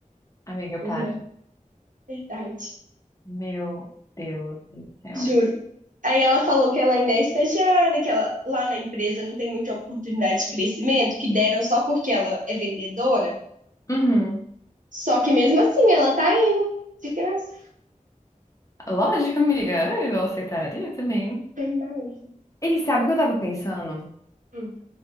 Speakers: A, on the left; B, on the right.
A: amiga, para.
B: Né? Verdade,
A: Meu Deus do céu.
B: juro. Aí ela falou que ela ainda é estagiária, que ela lá na empresa não tem muita oportunidade de crescimento, que deram só porque ela é vendedora.
A: Uhum.
B: Só que mesmo assim, ela tá indo. De graça,
A: Lógico, amiga, eu aceitaria também.
B: tem mais.
A: E sabe o que eu tava pensando?
B: Hum.